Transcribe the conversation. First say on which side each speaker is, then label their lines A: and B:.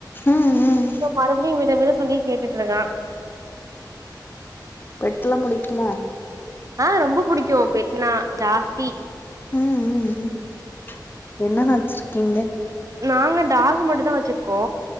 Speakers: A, on the left; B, on the right.
A: ம் ம்
B: போ மறுபடியு விடு விட சொல்லி கேட்டுட்ருக்கா
A: பெட் எல்லா புடிக்குமோ
B: ஆ ரொம்ப புடிக்கு பெட் னா தாஸ்தி
A: ம் ம் ம் என்னன்னா வச்ருக்கீங்க
B: நாங்க டாகு மட்டு தா வச்சிர்க்கோ